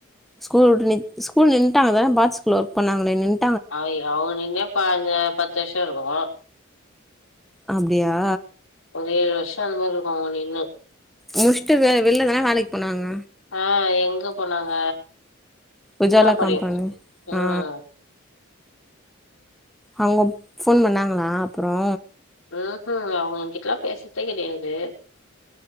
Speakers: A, in the centre; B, on the left.
A: ஸ்கூல் உட்டு நி ஸ்கூல் நின்டாங்கள பாத் ஸ்கூல்ல ஒர்க் பண்ணாங்களே நின்
B: அய் அவுங் நின்னே பாஞ்ச பத்து வருஷோ இருக்கு
A: அப்டியா
B: ஒரு ஏழு வருஷோ அந்த மாரி இருக்கு அவுங்க நின்னு
A: முடிச்சுட்டு வெ வெள்ல தான வேலைக்கு போனாங்க
B: ஆ எங்க போனாங்க
A: உஜாலா
B: கும்பராபாளையோ
A: கம்பனி
B: ம்
A: ஆ அவுங்கப் ஃபோன் பண்ணாங்களா அப்பறோ
B: ம்ஹும் அவுங்க எங்கிட்டல்லா பேசதே கெடையாது